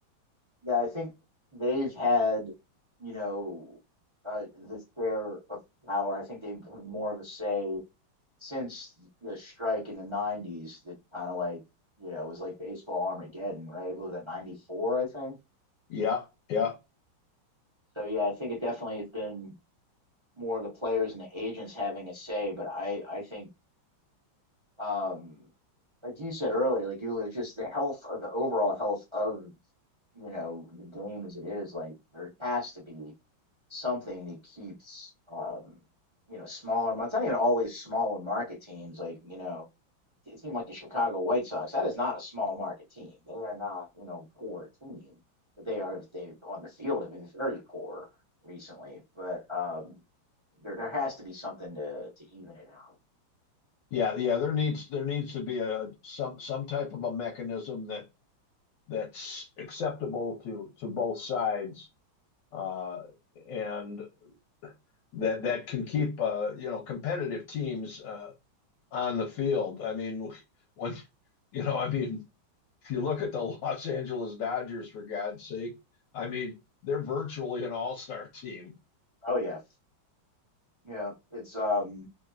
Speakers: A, on the right; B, on the left.
A: yeah, I think they've had, you know, uh, the share of power. I think they've had more of a say since the strike in the 90s that kind of like you know was like baseball armageddon right what was that 94 i think
B: Yeah, yeah,
A: so yeah i think it definitely has been more of the players and the agents having a say but i i think um like you said earlier like you just the health of the overall health of you know the game as it is like there has to be something that keeps um you know smaller it's not even always smaller market teams like you know a team like the Chicago White Sox, that is not a small market team. They are not, you know, poor team, but they are they on the field have been very poor recently. But um, there there has to be something to to even it out.
B: yeah, yeah. There needs there needs to be a some some type of a mechanism that that's acceptable to to both sides. Uh, and that that can keep uh, you know competitive teams uh, on the field. I mean, when you know, I mean, if you look at the <laughs> Los Angeles Dodgers, for God's sake, I mean, they're virtually an all-star team.
A: Oh yeah, yeah. It's um,